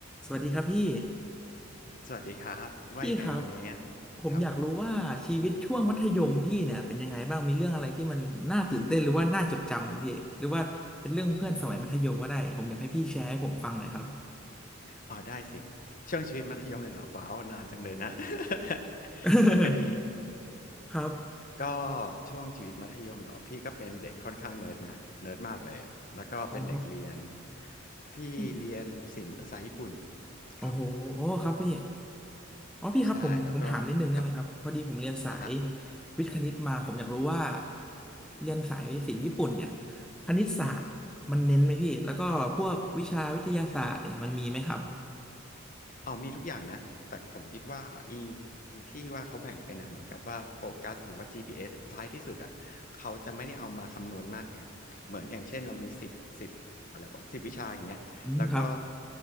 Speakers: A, in the centre; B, on the left (about 40°).
A: สวัสดีครับพี่
B: สวัสดีครับว่ายังไงวันนี้
A: พี่ครับผมอยากรู้ว่าชีวิตช่วงมัธยมพี่เนี่ยเป็นยังไงบ้างมีเรื่องอะไรที่มันน่าตื่นเต้นหรือว่าน่าจดจำไหมพี่หรือว่าเป็นเรื่องเพื่อนสมัยมัธยมก็ได้ผมอยากให้พี่แชร์ให้ผมฟังหน่อยครับ
B: ครับอ๋อได้สิช่วงชีวิตมัธยมเลยเหรอว้าวนานจังเลยนะ <laughs>
A: <laughs>
B: แต่ก็ดี
A: ครับ
B: ก็ช่วงชีวิตมัธยมเหรอพี่ก็เป็นเด็กค่อนข้างเนิร์ดนะเนิร์ดมากเลยอะแล้วก็เป็นเด็กเรียน
A: อ๋อ
B: พี่เรียนศิลป์ภาษาญี่ปุ่น
A: พี่โอ้โหโอ้ครับพี่
B: ครับ
A: อ๋อพี่ครับผมผมถามนิดนึงได้ไหมครับพอดีผมเรียนสาย
B: ใช่แล้วก็ครับอ่ะฮะ
A: วิทย์คณิตมาผมอยากรู้ว่าเรียนสายศิลป์ญี่ปุ่นเนี่ยคณิตศาสตร์มันเน้นไหมพี่แล้วก็พวกวิชาวิทยาศาสตร์เนี่ยมันมีไหมครับ
B: อ๋อมีทุกอย่างนะแต่ผมคิดว่าอีอีที่ว่าเขาแบ่งเป็นอ่ะเหมือนกับว่าโฟกัสหรือว่า GPS ท้ายที่สุดอ่ะเขาจะไม่ได้เอามาคำนวณมากไงเหมือนอย่างเช่นเรามีสิบสิบอะไรวะสิบวิชาอย่างเงี้ยแล้วก็
A: อืมครับ